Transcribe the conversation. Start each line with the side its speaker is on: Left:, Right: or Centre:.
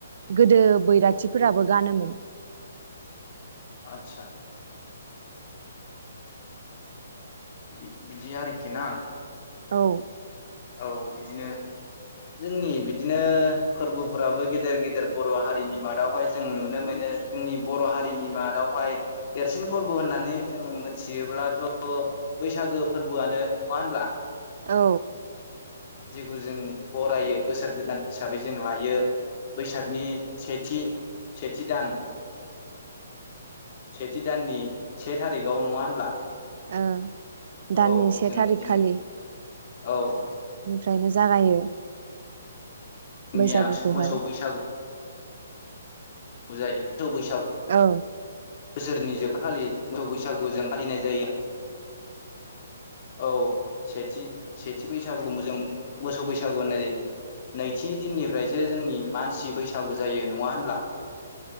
Right: गोदो बैराथिफोराबो गानोमोन।
Left: आदसा। बिद बिदि आरोखि ना।
Right: औ।
Left: औ बिदिनो जोंनि बिदिनो फोरबोफोराबो गेदेर गेदेर बर' हारिनि मादावहाय जों नुनो मोनो जोंनि बर' हारिनि मादावहाय देरसिन फोरबो होननानै जों मोनथियोब्लाथ' बैसागो फोरबोआनो नङा होनब्ला।
Right: औ।
Left: जेखौ जों बरायो बोसोर गोदान हिसाबै जों लायो बैसागनि सेथि सेथि दान सेथि दाननि से थारिखआव नङा होनब्ला।
Right: ओ। दाननि
Left: औ
Right: से
Left: जों
Right: थारिखखालि।
Left: बिदिनो औ।
Right: निफ्रायनो जागायो। बैसागुखौहाय
Left: निया मोसौ बैसागु। बुजायो। सौ बैसाग
Right: औ
Left: बोसोरनि जोबथाखालि मोसौ बैसागु जों फालिनाय जायो आरो औ सेथि सेथ थि बैसागुम जों मोसौ बैसागु होननाय जायो नैथि दिननिफ्रायसो जोंनि मानसि बैसागु जायो नंङा होनब्ला।